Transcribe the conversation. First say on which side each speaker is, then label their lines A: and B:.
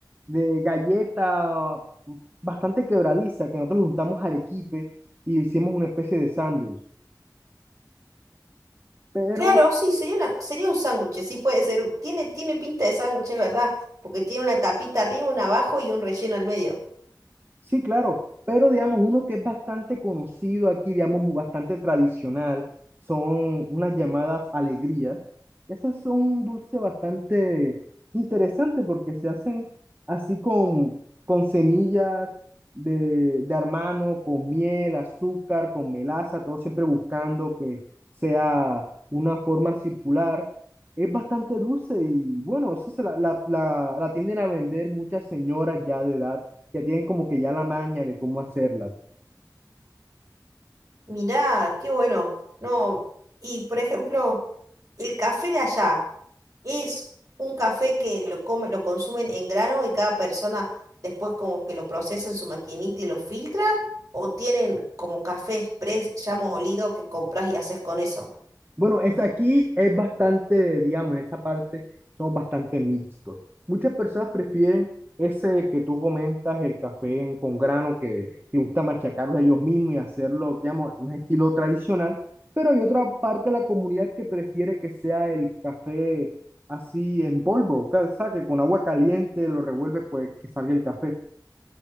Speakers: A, on the right; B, on the right.
A: de galleta bastante quebradiza, que nosotros le juntamos arequipe y hicimos una especie de sándwich. Pero
B: claro, sí, sería una, sería un sándwich, sí puede ser, tiene, tiene pinta de sándwich, es verdad, porque tiene una tapita arriba, una abajo y un relleno al medio.
A: Sí, claro, pero digamos, uno que es bastante conocido aquí, digamos, mu- bastante tradicional, son unas llamadas alegrías. Esas son un dulce bastante interesante porque se hacen así con, con semillas de, de armano, con miel, azúcar, con melaza, todo siempre buscando que sea una forma circular. Es bastante dulce y bueno, eso se la, la, la la tienden a vender muchas señoras ya de edad que tienen como que ya la maña de cómo hacerlas.
B: Mirá, qué bueno, no, y por ejemplo, el café de allá. Es un café que lo come, lo consumen en grano y cada persona después como que lo procesa en su maquinita y lo filtra, o tienen como café express ya molido que compras y haces con eso.
A: Bueno, es aquí es bastante, digamos, en esa parte son bastante mixtos. Muchas personas prefieren ese que tú comentas, el café en- con grano, que les gusta machacarlo ellos mismos y hacerlo, digamos, un estilo tradicional, pero hay otra parte de la comunidad que prefiere que sea el café así en polvo, ca- o sea, que con agua caliente lo revuelves, pues que salga el café.